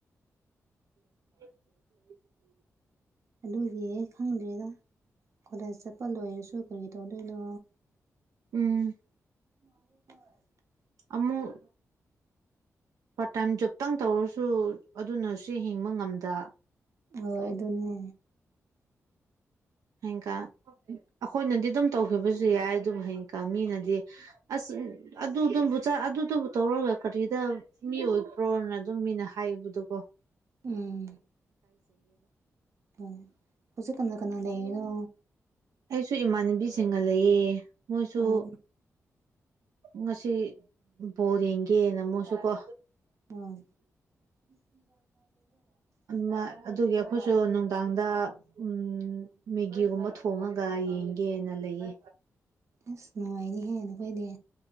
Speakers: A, on the right; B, on the right.
A: <inaudible> <inaudible>
B: ꯑꯗꯨꯒꯤ ꯈꯪꯗ꯭ꯔꯦꯗ ꯀꯣꯂꯦꯖ ꯆꯠꯄ ꯂꯣꯏꯔꯁꯨ ꯀꯔꯤ ꯇꯧꯗꯣꯏꯅꯣ
A: ꯎꯝ
B: <inaudible>
A: ꯑꯃꯨꯛ ꯄꯥꯔꯠ ꯇꯥꯏꯝ ꯖꯣꯕꯇꯪ ꯇꯧꯔꯁꯨ ꯑꯗꯨꯅ ꯁꯨ ꯍꯤꯡꯕ ꯉꯝꯗ
B: ꯍꯣꯏ ꯑꯗꯨꯅꯦ
A: ꯍꯌꯦꯡꯀ ꯑꯩꯈꯣꯏꯅꯗꯤ ꯑꯗꯨꯝ ꯇꯧꯈꯤꯕꯁꯨ ꯌꯥꯏ ꯑꯗꯨꯕꯨ ꯍꯌꯦꯡꯀ ꯃꯤꯅꯗꯤ ꯑꯁ ꯑꯗꯨꯗꯨꯝꯕꯨ ꯆ ꯑꯗꯨꯗꯕꯨ ꯇꯧꯔꯒ ꯀꯔꯤꯗ ꯃꯤ ꯑꯣꯏꯕ꯭ꯔꯣꯅ ꯑꯗꯨꯝ ꯃꯤꯅ ꯍꯥꯏꯌꯦꯕꯗꯣꯀꯣ
B: ꯎꯝ ꯍꯨꯡ ꯍꯧꯖꯤꯛ ꯀꯅꯥ ꯀꯅꯥ ꯂꯩꯔꯤꯅꯣ
A: ꯑꯩꯁꯨ ꯏꯃꯥꯟꯅꯕꯤꯁꯤꯡꯒ ꯂꯩꯌꯦ ꯃꯣꯏꯁꯨ
B: ꯑꯣ
A: ꯉꯁꯤ ꯕꯣꯜ ꯌꯦꯡꯒꯦ ꯌꯦꯅ ꯃꯨꯁꯨ ꯀꯣ
B: ꯑꯣ <inaudible>
A: ꯃꯥ ꯑꯗꯨꯒꯤ ꯑꯩꯈꯣꯏꯁꯨ ꯅꯨꯡꯗꯥꯡꯗ ꯎꯝ ꯃꯦꯒꯤꯒꯨꯝꯕ ꯊꯣꯡꯉꯒ ꯌꯦꯡꯒꯦꯅ ꯂꯩꯌꯦ
B: ꯑꯁ ꯅꯨꯡꯉꯥꯏꯅꯤꯍꯦ ꯅꯈꯣꯏꯗꯤ